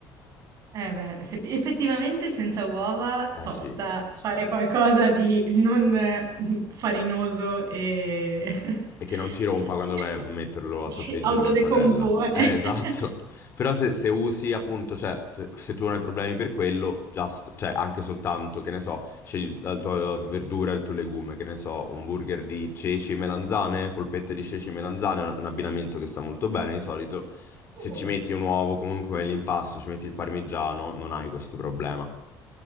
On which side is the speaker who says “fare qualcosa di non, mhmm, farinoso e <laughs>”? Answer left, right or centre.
Right